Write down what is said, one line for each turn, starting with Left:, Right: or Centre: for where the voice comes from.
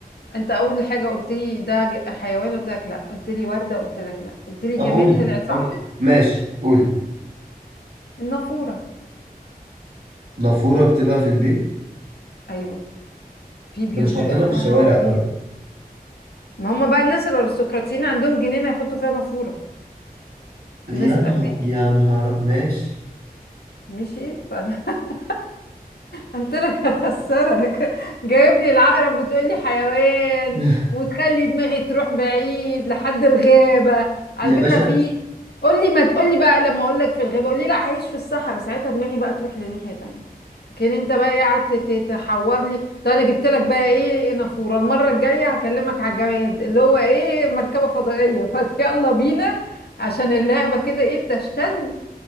Left: انت اول حاجة قلت لي ده ج- حيوان قلت لك لا قلت لي وردة قلت لك لا قلت لي
Right: طب
Left: جماد
Right: قولي
Left: طلع صح
Right: اوكي ماشي قولي
Left: النافورة
Right: نافورة بتبقى في البيت
Left: ايوه في بيوت
Right: ده مش
Left: بيبقى
Right: حاطينها
Left: فيها
Right: في الشوارع
Left: نار
Right: بره
Left: في ما هم بقى الناس الارستقراطيين عندهم جنينة يحطوا فيها نافورة
Right: يا
Left: الناس الاغنياء
Right: نهار يا نهار ماشي
Left: ماشي ف <laughs> قلت لك هخسرك جايب لي العقرب وتقول لي حيوان
Right: <laughs>
Left: وتخلي دماغي تروح بعيد لحد الغابة على
Right: يا باشا
Left: فكرة في قول لي ما تقول لي بقى لما اقول لك في الغابة قول لي لا عايش في الصحراء ساعتها دماغي بقى تروح لناحية تانية لكن انت بقى إيه قعدت ت- تحور لي طب انا جبت لك بقى ايه إيه نافورة المرة الجاية هكلمك على الجماد اللي هو ايه مركبة فضائية <laughs> فيلا بينا عشان اللعبة كده ايه بتشتد